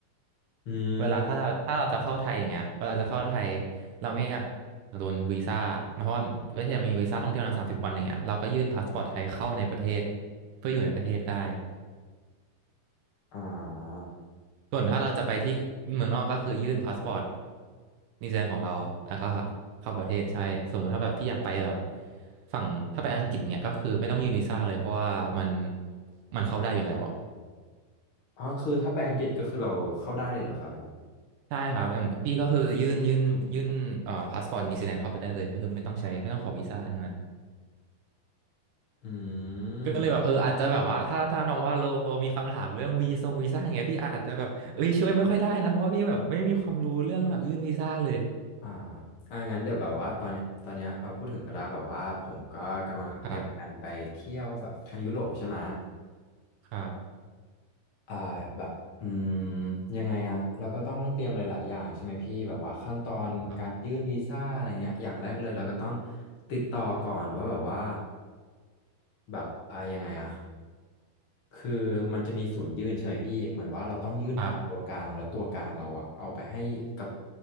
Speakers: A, on the left (about 80°); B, on the right (about 70°).
A: อืม
B: เวลาถ้าเราถ้าเราจะเข้าไทยอย่างเงี้ยเวลาจะเข้าไทยเราไม่อยากโดนวีซ่าเพราะว่าประเทศมีวีซ่าท่องเที่ยวนะสามสิบวันอย่างเงี้ยเราก็ยื่นพาสปอร์ตไทยเข้าในประเทศเพื่ออยู่ในประเทศได้
A: อ่า
B: ส่วนถ้าเราจะไปที่เมืองนอกก็คือยื่นพาสปอร์ตนิวซีแลนด์ของเราแล้วก็ครับเข้าประเทศใช่สมมติถ้าแบบพี่อยากไปแบบฝั่งถ้าไปอังกฤษเนี่ยก็คือไม่ต้องยื่นวีซ่าเลยเพราะว่ามันมันเข้าได้อยู่แล้ว
A: อ๋อคือถ้าไปอังกฤษก็คือเราเข้าได้เลยเหรอครับผม
B: ใช่ครับอย่างพี่ก็คือยื่นยื่นยื่นเอ่อพาสปอร์ตนิวซีแลนด์เข้าไปได้เลยก็คือไม่ต้องใช้ไม่ต้องขอวีซ่าอะไรทั้งนั้น
A: อื
B: ก็เลยแบบเอออาจจะแบบว่าถ้าถ้าน้องว่าโลมีคำถามเรื่องวีซ่งวีซ่าอย่างเงี้ยพี่อาจจะแบบเอ้ยช่วยไม่ค่อยได้นะเพราะว่าพี่แบบไม่มีความรู้เรื่องแบบยื่นวีซ่าเลย
A: มอ่าอ่างั้นเดี๋ยวแบบว่าตอนเนี้ยตอนเนี้ยเราพูดถึงก็ได้แบบว่าผมก็กำลังเตรียมแผนไปเที่ยวแบบทางยุโรปใช่ไหม
B: ครับครับ
A: อ่าแบบอืมยังไงอะเราก็ต้องเตรียมหลายๆอย่างใช่ไหมพี่แบบว่าขั้นตอนการยื่นวีซ่าอะไรเงี้ยอย่างแรกเลยเราก็ต้อง
B: ครับ
A: ติดต่อก่อนว่าแบบว่าแบบอ่ายังไงอะ คือมันจะมีศูนย์ยื่นใช่ไหมพี่เหมือนว่าเราต้องยื่นผ่านตัวกลางแล้วตัวกลางเราอะเอาไปให้กับ
B: ครับ